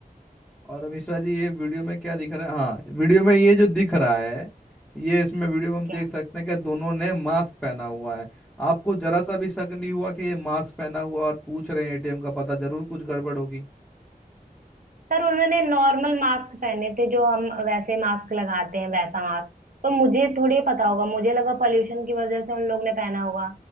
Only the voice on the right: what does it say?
क्या
सर उन्होंने नॉर्मल मास्क पहने थे जो हम वैसे मास्क लगाते हैं वैसा मास्क तो मुझे थोड़ी पता होगा मुझे लगा पॉल्यूशन की वजह से उन लोग ने पहना होगा